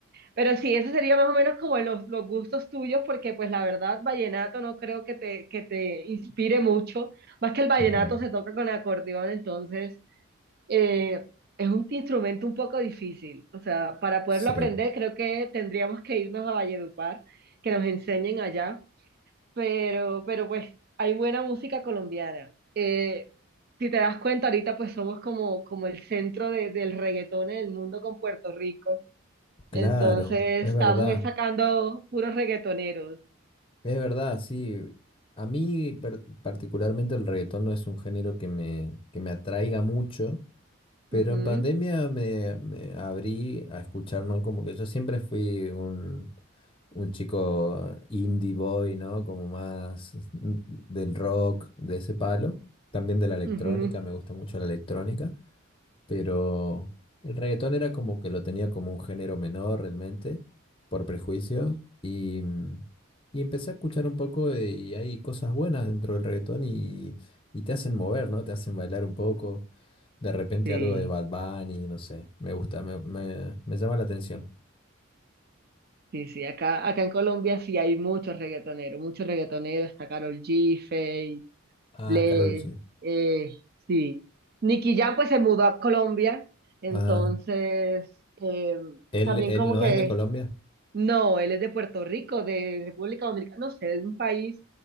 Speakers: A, on the right; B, on the left.
A: Pero sí, eso sería más o menos como los, los gustos tuyos, porque pues la verdad, vallenato no creo que te, que te inspire mucho, más que el vallenato
B: Ujú.
A: se toca con acordeón, entonces... eh, es un instrumento un poco difícil. O sea, para poderlo
B: Sí,
A: aprender, creo que tendríamos que irnos a Valledupar, que nos enseñen allá. Pero, pero pues hay buena música colombiana. Eh, si te das cuenta, ahorita pues somos como, como el centro de- del reggaetón en el mundo con Puerto Rico.
B: claro,
A: Entonces
B: es
A: estamos
B: verdad,
A: sacando puros reggaetoneros.
B: es verdad, sí. A mí per- particularmente el reggaetón no es un género que me, que me atraiga mucho, Pero
A: Ujú,
B: en pandemia me, me abrí a escuchar, ¿no? Como que yo siempre fui un, un chico indie boy, ¿no? Como más del rock, de ese palo. También de la electrónica,
A: ujú.
B: me gusta mucho la electrónica. Pero el reggaetón era como que lo tenía como un género menor realmente, por prejuicio. Y, mm, y empecé a escuchar un poco de- y hay cosas buenas dentro del reggaetón y, y te hacen mover, ¿no? Te hacen bailar un poco de repente
A: Sí,
B: algo de Bad Bunny, no sé. Me gusta, me, me- me llama la atención.
A: sí, sí. Acá, acá en Colombia sí hay muchos reggaetoneros, muchos reggaetoneros. Está Karol G,
B: Ah,
A: Bless,
B: Karol G.
A: eh, sí. Nicky Jam pues se mudó a Colombia, entonces
B: Ah,
A: eh,
B: él,
A: también
B: él
A: como
B: no
A: que,
B: es de Colombia.
A: no, él es de Puerto Rico, de República Dominicana, no sé, de un país